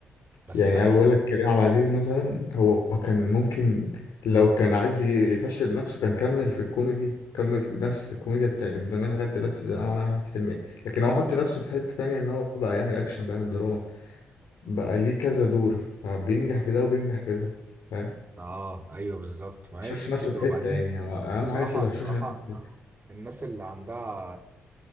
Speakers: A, on the right (about 35°); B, on the left (about 70°).
A: بس
B: يعني
A: لا
B: أنا
A: ال...
B: بقول لك كريم عبد العزيز مثلا هو كان ممكن لو كان عايز يفشل نفسه كان كمل في الكوميدي كمل في نفس الكوميديا بتاعت زمان لغاية دلوقتي زي ما عمل أحمد حلمي لكن هو حط نفسه في حتة تانية إن هو بقى يعمل أكشن بيعمل دراما بقى ليه كذا دور فبينجح في ده وبينجح في ده فاهم
A: اه ايوه بالظبط ما
B: مشاش
A: هي دي الفكرة
B: نفسه في
A: وبعدين
B: حتة يعني هو أهم
A: بصراحة
B: حاجة أنت متحشوش
A: بصراحة
B: نفسك في حتة
A: الناس اللي عندها